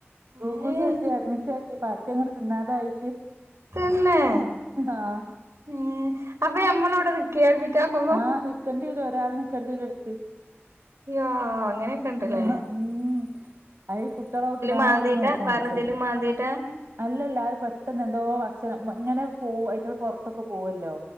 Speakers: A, on the right (about 70°); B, on the right (about 85°).
A: ഗ്ലൂക്കൂസ്
B: ഏഹ്
A: കേറ്റി അഡ്മിറ്റാക്കി പറ്റങ്ങട് തിന്നാതായി
B: തന്നേ
A: ആഹ്
B: ഉം അപ്പൊ നമ്മളവിടെ നിക്കെ അഡ്മിറ്റാക്കു
A: ആഹ് നിക്കേണ്ടി വരും ഒരാള് നിക്കേണ്ടി വരും എടുത്ത്
B: യോ അങ്ങനേക്കെണ്ട്ലേ
A: ആഹ് ഉം അയി കുട്ടികളെ നോക്കണമാരി
B: മാന്തീട്ടാ
A: നോക്കും
B: വേറെന്തേലും
A: പൂച്ചേനെ
B: മാന്തീട്ടാ
A: അല്ലല്ല അത്‌ പെട്ടെന്ന് എന്തോ ഭക്ഷണം ഇങ്ങനെ പോ അയിറ്റുങ്ങള് പൊറത്തൊക്കെ പോവല്ലോ